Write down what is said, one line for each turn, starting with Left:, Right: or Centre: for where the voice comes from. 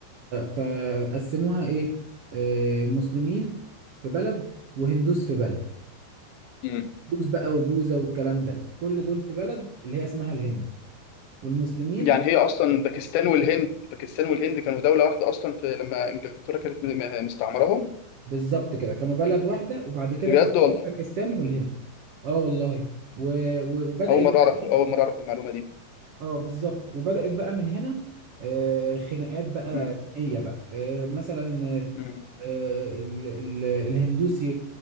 Right: فقسموها إيه آه، مسلمين في بلد وهندوس في بلد
Left: امم
Right: هندوس بقى وبوذا والكلام ده كل دول في بلد اللي هي اسمها الهند والمسلمين
Left: يعني هي اصلا باكستان والهند باكستان والهند كانوا دوله واحده اصلا في لما انجلترا كانت م- م- مستعمرهم
Right: بالظبط كده كانوا بلد واحدة وبعد كده
Left: بجد
Right: فتحوا
Left: والله
Right: باكستان والهند اه والله و... و- وبدأت
Left: اول مره
Right: بقى
Left: اعرف اول مره اعرف المعلومه دي
Right: اه بالظبط وبدأت بقى من هنا آه، خناقات بقى
Left: مم.
Right: دينية بقى آه، مثلا
Left: مم.
Right: آه، ال- ال- الهندوس ي-